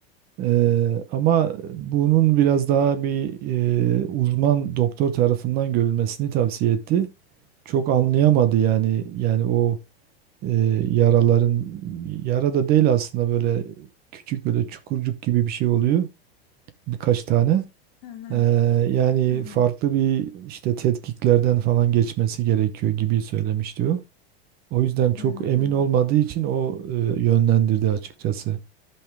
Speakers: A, on the right (about 30°); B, on the left (about 50°).
A: Eee, ama bunun biraz daha bir eee, uzman doktor tarafından görülmesini tavsiye etti. Çok anlayamadı yani yani o eee, yaraların yara da değil aslında böyle küçük böyle çukurcuk gibi bir şey oluyor birkaç tane.
B: Hı hı,
A: Eee, yani
B: hı hı,
A: farklı bir işte tetkiklerden falan geçmesi gerekiyor gibi söylemiş diyor. O yüzden çok
B: hı hı, hı
A: emin olmadığı için o eee, yönlendirdi açıkçası.